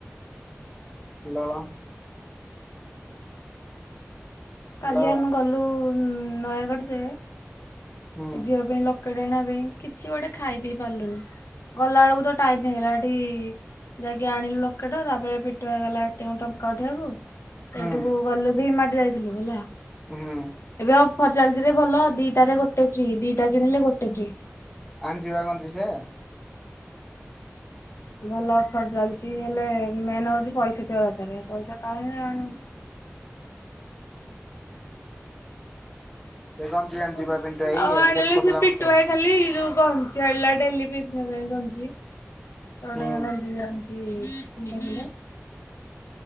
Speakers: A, in the centre; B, on the left.
A: ହ୍ୟାଲୋ। ହାଲୋ
B: କାଲି ଆମେ ଗଲୁ ନୟାଗଡ଼ ଯେ।
A: ହୁଁ
B: ଏ ଝିଅ ପାଇଁ ଲୋକେ ଟାଣିବା ପାଇଁ କିଛି ଗୋଟେ ଖାଇ ପିଇ ପାରିଲୁନି ଗଲାବେେଳକୁ। ତ ଟାଇପ ହେଇଗଲା ଏଠି। ଯାଇକି ଆଣିଲୁ ଲୋକେଟ ତାପରେ ପିଟ ହେଇଗଲା ଏତେ ଟଙ୍କା ଉଠେଇବାକୁ ସେଇଠିକୁ
A: ହୁଁ
B: ଗଲୁ। ଦି ମାଟି ଯାଇଥିଲୁ ହେଲା।
A: ହୁଁ
B: ଏବେ ଅଫର ଚାଲିଜ ରେ ଭଲ ଦିଟ ରେ ଗୋଟେ ଫ୍ରି ଦିଟା କିଣିଲେ ଗୋଟେ ଫ୍ରି।
A: ଆଣିଛିିବା କହି ସେ।
B: ଭଲ ଅଫର ଚାଲିଛି ହେଲେ ମେନ୍ ହଉଛି ପଇସା ଥିବା ଦରକାର ପଇସା କାହିଁି ଆଣିବ।
A: ସେ। ଗଞ୍ଜିଆଣି
B: ହ
A: ଯିବା ପିଣ୍ଟୁ ଭାଇ
B: ଆଇଲାବେଳେ
A: ଆଜି ଦେଖଉଥିଲା
B: ସେ ପିଟୁଆ
A: ମତେ
B: ଖାଲି ରଉ କନ। ଚେଲା ଡେଲି ପିନ୍ଧିବା ପାଇଁ କଜି ଛହ
A: ହୁଁ
B: ଟଙ୍କା କ୍ଜି ଜାଉଛି। ଣ୍ଡାଣ୍ଡା।